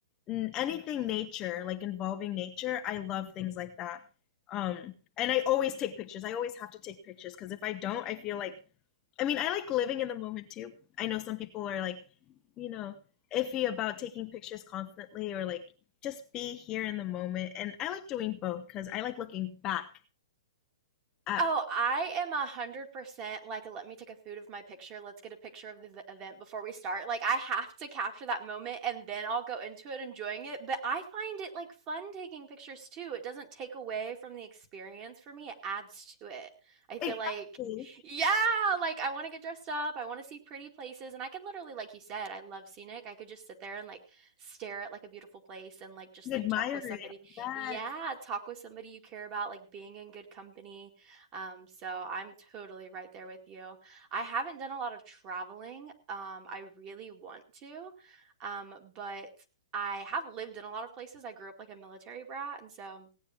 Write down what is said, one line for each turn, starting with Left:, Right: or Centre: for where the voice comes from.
Left: n- anything nature, like involving nature. I love
Right: Mm.
Left: things like that. Um, and I always take pictures. I always have to take pictures because if I don't, I feel like I mean, I like living in the moment too. I know some people are like, you know, iffy about taking pictures constantly or like just be here in the moment. And I like doing both because I like looking back at
Right: Oh, I am 100% like, let me take a food of my picture. Let's get a picture of the v- event before we start. Like, I have to capture that moment and then I'll go into it enjoying it. But I find it like fun taking pictures too. It doesn't take away from the experience for me, it adds to it. I
Left: exactly
Right: feel like, yeah, like I want to get dressed up. I want to see pretty places. And I could literally, like you said, I love scenic. I could just sit there and like stare at like a beautiful place and like just
Left: and
Right: like
Left: admire
Right: talk with somebody.
Left: it. Yes,
Right: Yeah, talk with somebody you care about, like being in good company. Um, so I'm totally right there with you. I haven't done a lot of traveling. Um, I really want to, um, but I have lived in a lot of places. I grew up like a military brat, and so